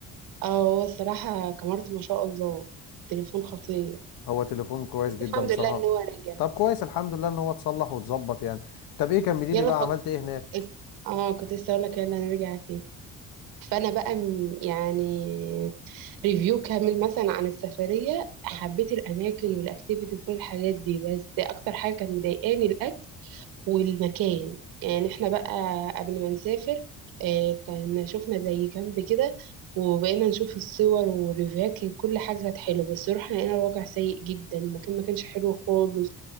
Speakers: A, on the right (about 80°); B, on the left (about 85°).
A: اه هو الصراحة كاميرته ما شاء الله تليفون خطير
B: هو تليفون كويس
A: بس
B: جدا
A: الحمد
B: بصراحة
A: لله ان هو رجع
B: طب كويس الحمد لله ان هو اتصلح واتظبط يعني طب ايه كملي
A: يلا
B: لي بقى
A: فك...
B: عملت ايه هناك
A: اه كنت لسه اقول لك يلا نرجع فيه فانا بقى م- يعني ريفيو كامل مثلا عن السفرية حبيت الاماكن والاكتيفيتي وكل الحاجات دي بس اكتر حاجة كانت مضايقاني الاكل والمكان يعني احنا بقى قبل ما نسافر آه، كان شفنا زي كامب كده وبقينا نشوف الصور والريفيوهات كان كل حاجة كانت حلوة بس روحنا لقينا الواقع سيء جدا المكان ما كانش حلو خالص